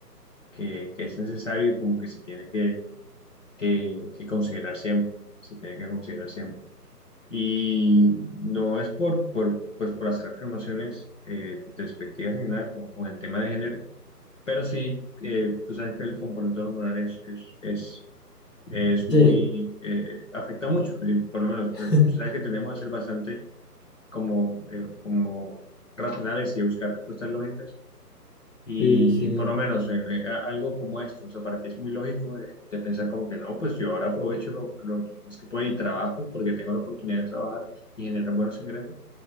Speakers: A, on the left; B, on the left.
A: que, que es necesario y como que se tiene que, que, que considerar siempre, se tiene que considerar siempre. Y no es por, por, pues por hacer afirmaciones eh, despectivas ni nada con, con el tema de género, pero sí, eh, tú sabes que el componente hormonal es, es, es, es muy,
B: Sí,
A: eh, afecta mucho, y por lo menos, eh,
B: <laughs>
A: tú sabes que tenemos que ser bastante como, eh, como racionales y buscar respuestas lógicas Y
B: sí, sí.
A: por lo menos eh, eh, a- algo como esto, o sea, para ti es muy lógico de, de pensar como que no, pues yo ahora aprovecho lo, lo- lo más que pueda y trabajo porque tengo la oportunidad de trabajar y generar buenos ingresos,